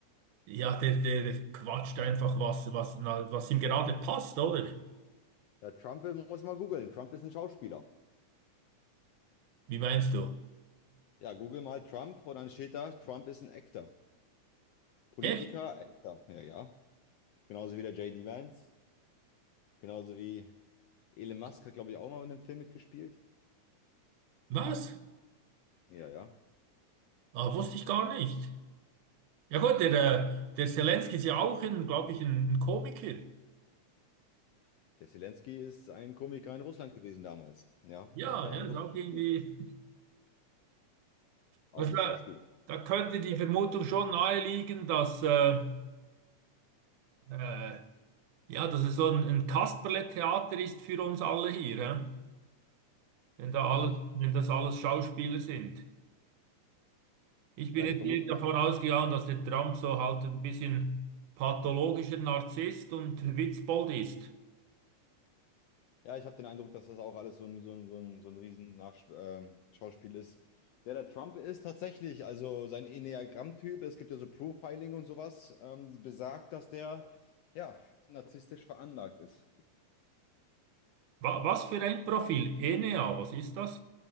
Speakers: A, on the right (about 80°); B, on the left (about 80°).
A: ja, der, der quatscht einfach was, was, na- was ihm gerade passt, oder?
B: ja, Trump muss mal googeln. Trump ist ein Schauspieler.
A: Wie meinst du?
B: Ja, google mal Trump und dann steht da, Trump ist ein Actor. Politiker,
A: Echt?
B: Actor, ja, ja. Genauso wie der J.D. Vance. Genauso wie Elon Musk hat, glaube ich, auch mal in einem Film mitgespielt.
A: Was?
B: Ja, ja.
A: Ah, wusste ich gar nicht. Ja gut, der,
B: Ja.
A: äh, der Zelensky ist ja auch, glaube ich, ein, ein Komiker.
B: Der Zelensky ist ein Komiker in Russland gewesen damals. Ja,
A: Ja,
B: das war
A: ja,
B: ein
A: ist
B: russischer
A: auch irgendwie.
B: Komiker, auch
A: Was
B: ein
A: da,
B: Schauspieler.
A: da könnte die Vermutung schon naheliegen, dass äh, äh, Ja, dass es so ein, ein Kasperle-Theater ist für uns alle hier, hä? Wenn da alles,
B: Ja, ich,
A: wenn das alles Schauspieler sind. Ich bin
B: ja,
A: jetzt
B: die Vermutung,
A: hier davon ausgegangen, dass der Trump so halt ein bisschen pathologischer Narzisst und Witzbold ist.
B: ja, ich habe den Eindruck, dass das auch alles so ein, so ein, so ein, so ein riesen Nach ähm, Schauspiel ist. Der, der Trump ist tatsächlich, also sein Enneagramm-Typ. es gibt ja so Profiling und sowas, ähm, besagt, dass der, ja, narzisstisch veranlagt ist.
A: Wa was für ein Profil? ENEA, was ist das?